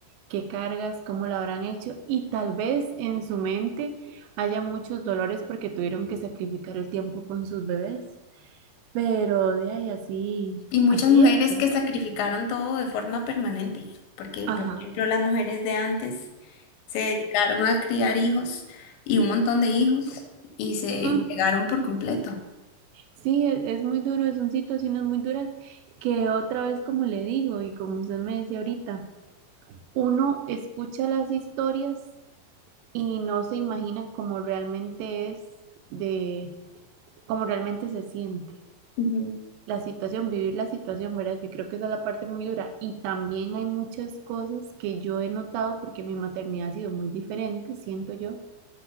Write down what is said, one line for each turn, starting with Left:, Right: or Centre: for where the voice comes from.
Right: qué cargas, cómo lo habrán hecho, y tal vez en su mente haya muchos dolores porque tuvieron que sacrificar el tiempo con sus bebés, pero de ahí así,
Left: Y muchas
Right: así
Left: mujeres
Right: es, ¿verdad?
Left: que sacrificaron todo de forma permanente, porque
Right: Ajá.
Left: por ejemplo las mujeres de antes se dedicaron a criar hijos y un montón de hijos y se
Right: Ah,
Left: entregaron por completo.
Right: Sí, es, es muy duro, son situaciones muy duras que otra vez, como le digo y como usted me decía ahorita, uno escucha las historias y no se imagina cómo realmente es de, cómo realmente se siente
Left: Ujú.
Right: la situación, vivir la situación, ¿verdad? Que creo que esa es la parte muy dura. Y también hay muchas cosas que yo he notado porque mi maternidad ha sido muy diferente, siento yo